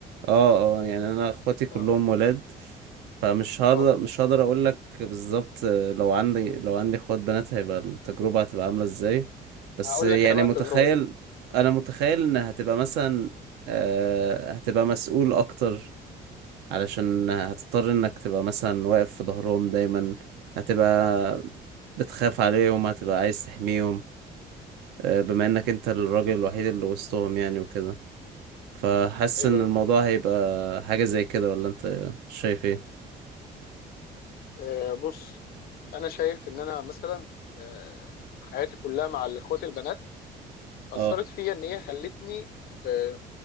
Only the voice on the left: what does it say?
ف...
اه
هقول
لك انا بقى
التجربه دي
ايوه
أيوه.
آه، بص انا شايف ان انا مثلا آه، حياتي كلها مع اخواتي البنات اثرت
فيا ان هي خلتني آه،